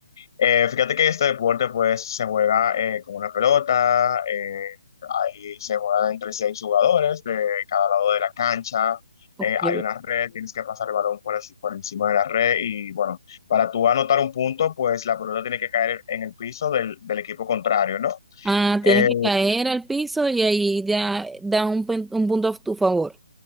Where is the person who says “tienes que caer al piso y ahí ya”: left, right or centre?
Centre